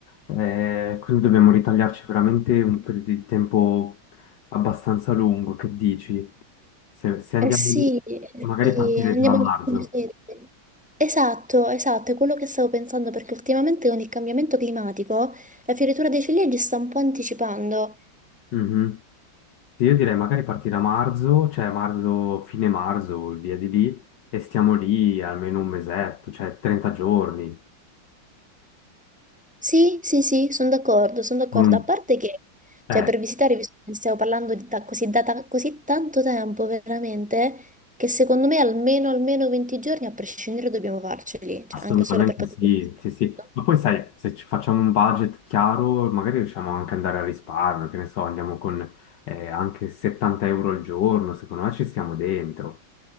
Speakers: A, on the left; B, in the centre.
A: Eh, quindi dobbiamo ritagliarci veramente un periodo di tempo abbastanza lungo, che dici? Se, se andiamo
B: Eh sì,
A: lì,
B: eh
A: magari
B: sì,
A: partire
B: andiamo
A: già a marzo.
B: al museo. Esatto, esatto, è quello che stavo pensando perché ultimamente con il cambiamento climatico la fioritura dei ciliegi sta un po' anticipando.
A: Mhm. Sì, io direi magari partire a marzo, cioè marzo, fine marzo, e via di lì, e stiamo lì almeno un mesetto, cioè 30 giorni.
B: Sì, sì, sì, sono d'accordo, sono d'accordo.
A: Con un-
B: A parte che, cioè,
A: Eh,
B: per visitare, visto che stiamo parlando di ta- così, da ta- così tanto tempo, veramente, che secondo me almeno, almeno 20 giorni, a prescindere, dobbiamo farceli, cioè,
A: assolutamente
B: anche solo per poter...
A: sì,
B: visitare
A: sì, sì.
B: tutto.
A: Ma poi sai, se ci facciamo un budget chiaro, magari riusciamo anche ad andare a risparmio, che ne so, andiamo con eh, anche 70 euro al giorno, secondo me ci stiamo dentro.